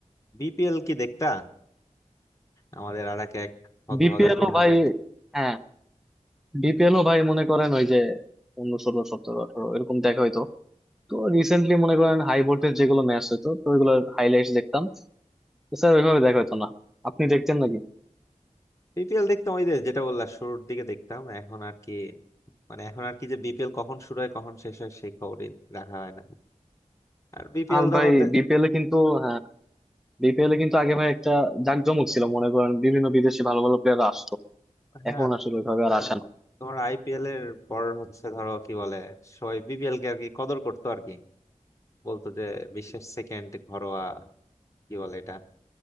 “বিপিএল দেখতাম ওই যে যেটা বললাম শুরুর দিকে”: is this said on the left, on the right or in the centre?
Left